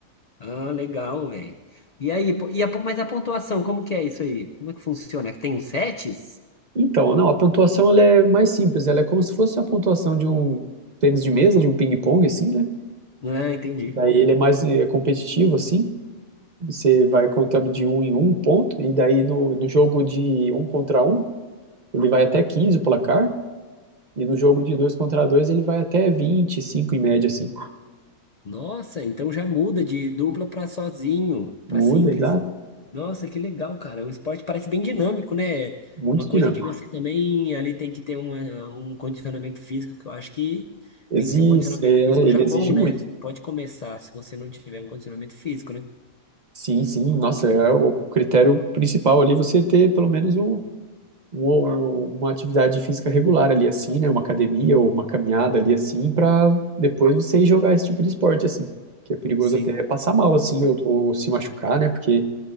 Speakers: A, on the left (about 80°); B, on the right (about 35°).
A: Ah, legal, velho. E aí, pô- e a, pon- mas a pontuação, como que é isso aí? Como é que funciona? Tem os sets?
B: Então, não, a pontuação ela é mais simples, ela é como se fosse uma pontuação de um tênis de mesa, de um ping-pong, assim, né?
A: Ah, entendi.
B: Daí ele é mais eh, competitivo, assim. Você vai contando de um em um ponto, e daí no, no jogo de um contra um, ele vai até 15 o placar. E no jogo de dois contra dois ele vai até 25 em média, assim.
A: Nossa, então já muda de dupla para sozinho,
B: Muda,
A: para simples.
B: exato.
A: Nossa, que legal, cara. O esporte parece bem dinâmico, né? É
B: Muito
A: Uma coisa
B: dinâmico.
A: que você também ali tem que ter um, eh, um condicionamento físico, que eu acho que
B: Exige,
A: tem que ser um condicionamento
B: é,
A: físico
B: ele
A: já
B: exige
A: bom,
B: muito.
A: né? Pode começar se você não tiver um condicionamento físico, né?
B: Sim, sim. Nossa, é o critério principal ali você ter pelo menos um, um- um, uma atividade física regular ali, assim, né? Uma academia ou uma caminhada ali, assim, para depois você ir jogar esse tipo de esporte, assim. Que é perigoso
A: Sim.
B: até passar mal, assim, ou, ou se machucar, né? Porque